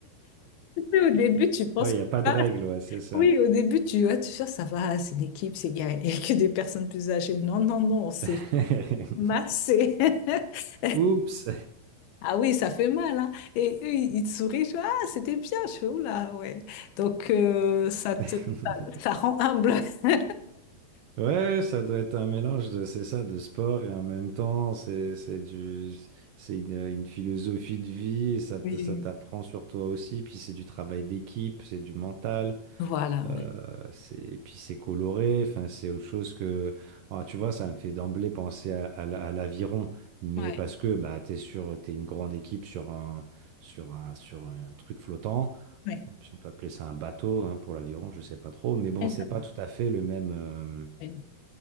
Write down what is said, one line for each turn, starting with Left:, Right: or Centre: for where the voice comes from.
Left: <laughs> Au début, tu penses
Right: Ouais,
Left: que
Right: il n'y a pas de
Left: ah,
Right: règle, ouais, c'est ça.
Left: oui, au début, tu vois, tu fais, ça va, c'est une équipe, c'est il y a, il y a que des personnes plus âgées. Non, non, non, on s'est
Right: <laughs>
Left: massé. <laughs>
Right: Oups.
Left: Ah oui, ça fait mal, hein. Et eux, ils ils te sourient, je fais, ah, c'était bien, je fais, oula, ouais. Donc, euh, ça te,
Right: <laughs>
Left: ça rend humble. <laughs>
Right: Ouais, ça doit être un mélange de, c'est ça, de sport et en même temps, c'est, c'est du, c'est une, une philosophie de vie et ça, t-
Left: Oui.
Right: ça t'apprend sur toi aussi. Puis c'est du travail d'équipe, c'est du mental,
Left: Voilà,
Right: euh,
Left: ouais.
Right: c'est, et puis c'est coloré. Enfin, c'est autre chose que, ah, tu vois, ça me fait d'emblée penser à, à la- à l'aviron, mais
Left: Ouais,
Right: parce que bah t'es sur, t'es une grande équipe sur un, sur un, sur un truc flottant.
Left: ouais.
Right: Bon, Si on peut appeler ça un bateau hein, pour l'aviron, je sais pas trop, mais bon,
Left: Et
Right: c'est
Left: ça,
Right: pas tout à fait le même. euh,
Left: ouais.